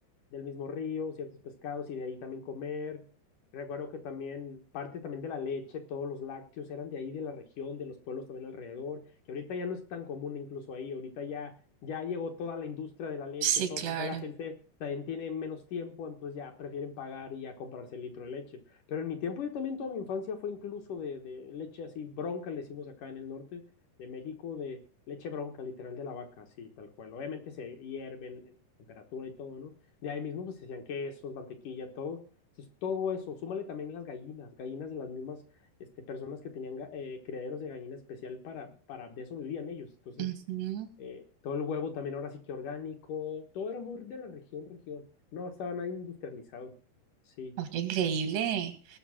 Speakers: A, on the left; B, on the right.
A: del mismo río, ciertos pescados y de ahí también comer. Recuerdo que también parte también de la leche, todos los lácteos eran de ahí, de la región, de los pueblos también alrededor, que ahorita ya no es tan común incluso ahí, ahorita ya, ya llegó toda la industria de la leche,
B: Sí,
A: todo,
B: claro.
A: pues ya la gente también tiene menos tiempo, entonces ya prefieren pagar y ya comprarse el litro de leche. Pero en mi tiempo yo también toda mi infancia fue incluso de, de leche así, bronca le hicimos acá en el norte de México de leche bronca, literal de la vaca, así tal cual. Obviamente se hierven en temperatura y todo, ¿no? De ahí mismo pues se hacían quesos, mantequilla, todo. Entonces todo eso, súmale también las gallinas, gallinas de las mismas este, personas que tenían ga- eh, criaderos de gallina especial para, para, de eso vivían ellos. Entonces
B: Ujú.
A: eh, todo el huevo también ahora sí que orgánico, todo era muy de la región, región. No estaba nada industrializado. Sí,
B: Oye, increíble.